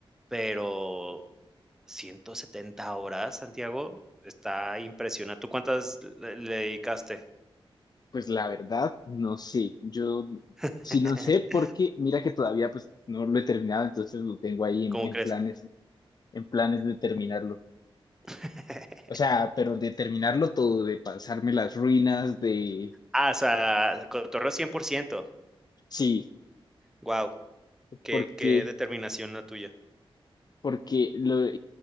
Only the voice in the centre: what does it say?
pero 170 horas, Santiago, está impresionante. ¿Tú cuántas le le dedicaste?
<laughs>
¿Cómo
crees?
<laughs>
Ah, o sea, cotorreo 100%.
Wow, qué
qué determinación la tuya.